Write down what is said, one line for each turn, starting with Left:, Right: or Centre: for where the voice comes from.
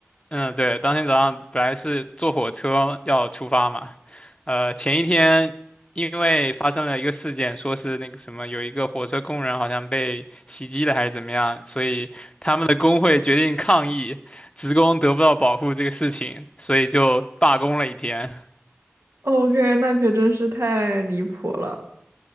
Left: 嗯，对，当天早上本来是坐火车要出发嘛，呃，前一天因为发生了一个事件，说是那个什么，有一个火车工人好像被袭击了还是怎么样，所以他们的工会决定抗议，职工得不到保护这个事情，所以就罢工了一天。
Right: OK，那可真是太离谱了。